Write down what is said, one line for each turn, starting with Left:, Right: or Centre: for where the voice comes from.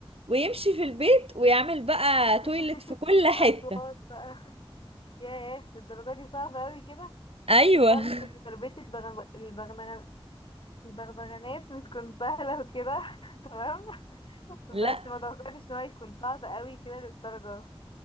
Right: ويمشي في البيت ويعمل بقى
Left: <laughs>
Right: تويلت في كل حتة
Left: اصوات بقى ياه الدرجة دي صعبة قوي كده
Right: ايوه
Left: كنت اعرف
Right: <laughs>
Left: ان تربية البغ- البغنغ- البغبغانات بتكون سهلة وكده <laughs> تمام بس
Right: لا
Left: ما توقعتش ان هو يكون صعب قوي كده للدرجة